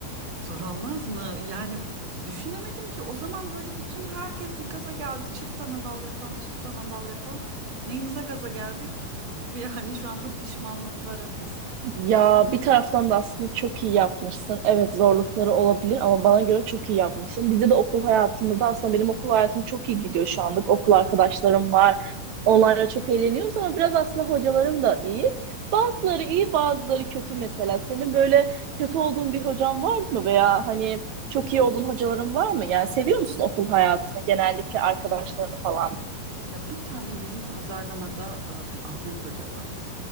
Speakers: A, on the right; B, on the right.
A: Zor olmaz mı? Yani düşünemedim ki o zaman böyle bütün herkes bir gaza geldi çift anadal yapalım çift anadal yapalım. Neyimize gaza geldik? <laughs> Yani şu anda pişmanlıklar ötesi.
B: Ya bir taraftan da aslında çok iyi yapmışsın. Evet zorlukları olabilir ama bana göre çok iyi yapmışsın. Bizde de okul hayatımızda aslında benim okul hayatım çok iyi gidiyor şu anlık. Okul arkadaşlarım var. Onlarla çok eğleniyoruz ama biraz aslında hocalarım da iyi. Bazıları iyi, bazıları kötü mesela. Senin böyle kötü olduğun bir hocan var mı veya hani çok iyi olduğun hocaların var mı? Yani seviyor musun okul hayatını, genellikle arkadaşlarını falan?
A: Ya bir tane bizim pazarlamada aa, bir Ahmet Hoca var.